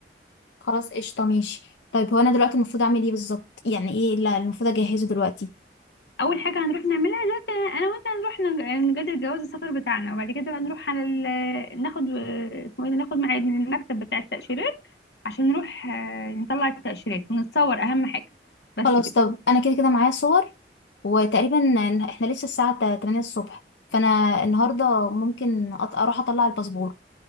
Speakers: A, on the left (about 80°); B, on the left (about 70°).
A: خلاص قشطة ماشي طيب هو أنا دلوقتي المفروض أعمل إيه بالظبط يعني إيه لا المفروض أجهزه دلوقتي
B: اول حاجه هنروح نعملها دلوقتي انا وانت هنروح نج- نجدد جواز السفر بتاعنا وبعد كده بقى نروح على ال... ناخد آه، اسمه ايه ده؟ ناخد ميعاد من المكتب بتاع التاشيرات عشان نروح آه، نطلع التاشيرات ونتصور اهم حاجه بس
A: خلاص
B: كده
A: طب أنا كده كده معايا صور وتقريبا إن- إحنا لسه الساعة تا- 8 الصبح فأنا النهاردة ممكن أط- أروح أطلع الباسبور